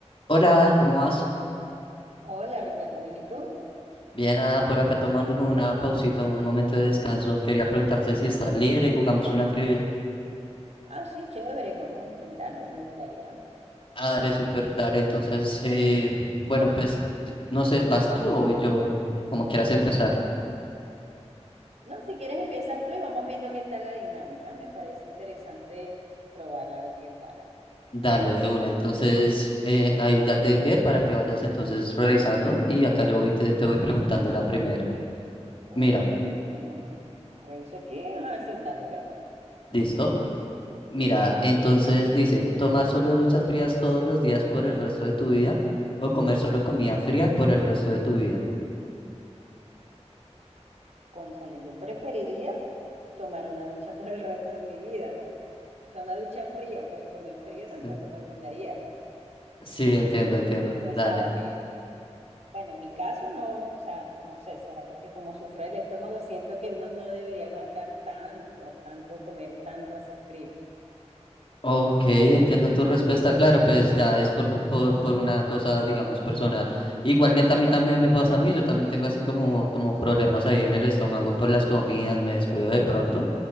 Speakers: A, on the left; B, on the right.
A: Hola, Ada, ¿cómo vas?
B: Hola Ricardo, ¿bien y tú?
A: Bien, Ada, por acá tomándome una pausita, un momento de descanso. Quería preguntarte si estás libre y jugamos una trivia.
B: Ah, sí, chévere, vamos a intentarlo, me gustaría.
A: Ah, dale, súper, dale. Entonces, eh, bueno, pues t- no sé, ¿vas tú o voy yo? Eh, como quieras empezar.
B: No, si quieres empiezas tú y vamos viendo qué tal la dinámica, me parece interesante probarla, a ver qué tal.
A: Dale, de una. Entonces, eh, ahí ya te envié para que vayas entonces revisando y acá yo voy, te, te voy preguntando la primera.
B: Ok,
A: Mira,
B: déjame reviso aquí. Ah, sí, dale pues.
A: ¿listo?
B: Ujú.
A: Mira, entonces dice, tomar solo duchas frías todos los días por el resto de tu vida o comer solo comida fría por el resto de tu vida.
B: Cónchale, yo preferiría tomar una ducha por el resto de mi vida. O sea, una ducha fría, porque comer frío tampoco
A: Sí,
B: me gustaría.
A: Sí, entiendo, entiendo.
B: O
A: Dale.
B: sea, me, Bueno, en mi caso no, o sea, no sé, será porque como sufre el estómago, siento que uno no debería aguantar tanto, tanto comer tanto así frío.
A: Ok, entiendo tu respuesta. Claro, pues ya es por, por, por una cosa, digamos, personal. Igualmente a mí también me pasa a mí. Yo también tengo así como, como problemas ahí en el estómago por las comidas. Me descuido de pronto.